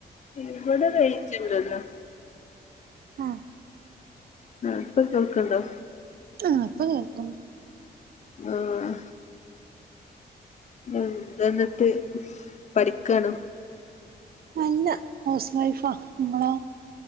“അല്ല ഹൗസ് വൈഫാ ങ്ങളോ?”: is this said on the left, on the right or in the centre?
Right